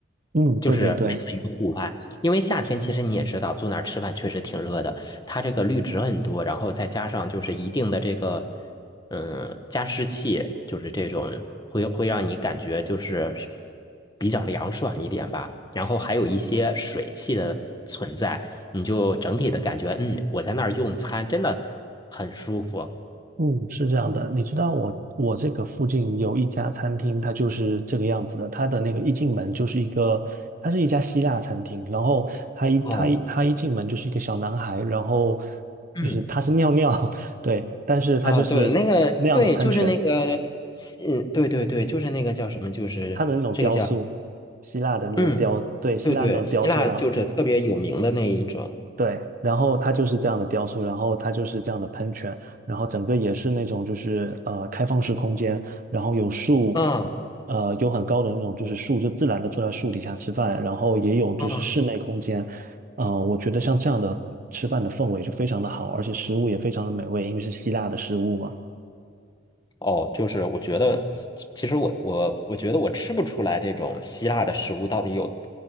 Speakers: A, on the right (about 45°); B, on the left (about 20°).
A: 嗯，
B: 就是类似于户外。
A: 对对对，
B: 因为夏天其实你也知道，坐那儿吃饭确实挺热的。它这个绿植很多，然后再加上就是一定的这个，嗯，加湿器，就是这种会会让你感觉就是比较凉爽一点吧。然后还有一些水汽的存在，你就整体的感觉，嗯，我在那儿用餐真的很舒服。
A: 嗯，是这样的，你知道我我这个附近有一家餐厅，它就是这个样子的，它的那个一进门就是一个，它是一家希腊餐厅，然后它一它一它一进门就是一个小男孩，
B: 哦。
A: 然后
B: 嗯，
A: 就是他是尿尿，<laughs> 对，但是他就是那样的喷泉，
B: 啊，对，那个，对，就是那个，嗯，对对对，就是那个叫什么，就是这个叫，
A: 他的那种雕塑，希腊的那种雕，
B: 嗯，
A: 对，希腊那种雕塑，
B: 对对，希腊就是特别有名的那一种，
A: 然后对，然后它就是这样的雕塑，然后它就是这样的喷泉，然后整个也是那种就是呃开放式空间，然后有树，
B: 嗯
A: 呃有很高的那种就是树，就自然的坐在树底下吃饭，然后也有就是室内空间，
B: 嗯，
A: 呃，我觉得像这样的吃饭的氛围就非常的好，而且食物也非常的美味，因为是希腊的食物嘛。
B: 哦，就是我觉得，其其实我我我觉得我吃不出来这种希腊的食物到底有，